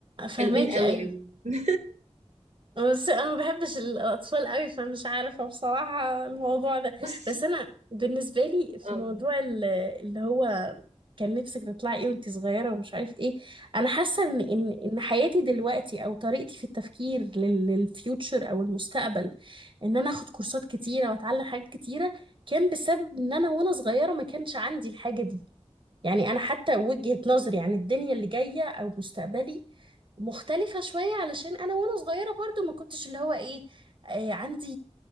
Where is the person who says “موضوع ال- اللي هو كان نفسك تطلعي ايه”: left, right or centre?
Right